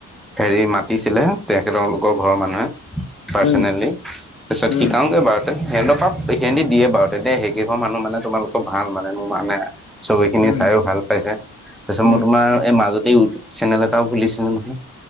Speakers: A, in the centre; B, on the left (about 60°).
A: হেৰি মাতিছিলে তেখেত তেওঁলোকৰ ঘৰৰ মানুহে পাৰ্চনেলি
B: উম
A: তাৰিছত
B: উম
A: শিকাওঁগে বাৰু সিহতৰ পা সিহঁতি দিয়ে বাৰু তেতিয়া সেইকেইখন মানুহ মানে তোমালোকৰ ভাল মানে মোৰ মানে চবেইখিনি
B: উম
A: চাইও ভাল পাইছে তাৰপিছত
B: উম
A: মই তোমাৰ এই মাজতে চেনেল এটাও খুলিছিলো নহয়